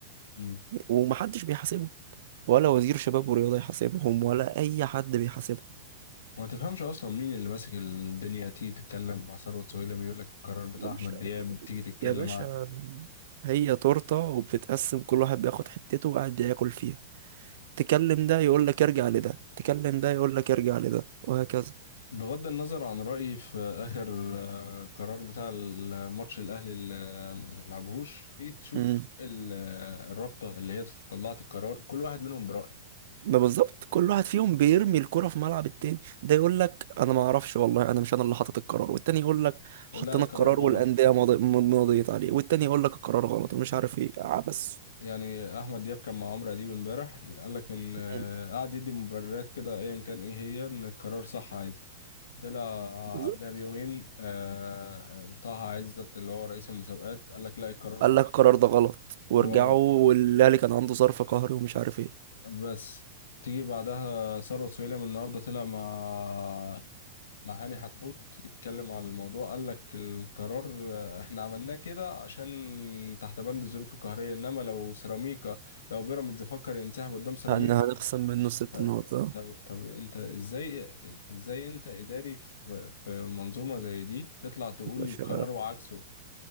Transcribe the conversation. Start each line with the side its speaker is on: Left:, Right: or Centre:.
Left: طب
Right: ومحدش بيحاسبه ولا وزير شباب ورياضة يحاسبهم ولا أي حد بيحاسبهم
Left: ما تفهمش اصلا مين اللي ماسك الدنيا تيجي تتكلم مع ثروت سويلم يقول لك القرار بتاع
Right: يا باشا
Left: احمد دياب تيجي تتكلم
Right: يا باشا
Left: ع-
Right: هي تورتة وبتتقسم كل واحد بياخد حتته وقاعد ياكل فيها تكلم ده يقول لك ارجع لده تكلم ده يقول لك ارجع لده وهكذا
Left: بغض النظر عن رايي في اخر آه، قرار بتاع الماتش الاهلي اللي آه، ما لعبهوش تيجي تشوف
Right: امم
Left: ال- آه، الرابطه اللي هي طلعت القرار كل واحد منهم براي
Right: ما بالظبط كل واحد فيهم بيرمي الكرة في ملعب التاني ده يقول لك انا ما اعرفش والله انا مش انا اللي حاطط القرار والتاني يقول لك
Left: لا
Right: حطينا
Left: القرار
Right: القرار
Left: غلط
Right: والانديه ماضي- مضيت عليه والتاني يقول لك القرار غلط ومش عارف ايه عبس
Left: يعني احمد دياب كان مع عمرو اديب امبارح قال لك ان آه،
Right: مم.
Left: قعد يدي مبررات كده ايا كان ايه هي ان القرار صح عادي طلع آه،
Right: بالظبط.
Left: قبلها بيومين آه، طه عزت اللي هو رئيس المسابقات قال لك لا القرار
Right: قال
Left: غلط
Right: لك القرار ده غلط وارجعوا
Left: هو
Right: والاهلي كان عنده ظرف قهري ومش عارف ايه
Left: بس تيجي بعدها ثروت سويلم النهارده طلع مع مع هاني حتحوت يتكلم على الموضوع قال لك القرار آه، احنا عملناه كده عشان تحت بند الظروف القهريه انما لو سيراميكا لو بيراميدز فكر ينسحب قدام سيراميكا
Right: هن هنخصم منه ست
Left: آه،
Right: نقط آه.
Left: طب طب انت ازاي ازاي انت اداري في في منظومه زي دي تطلع تقول
Right: باشا
Left: قرار وعكسه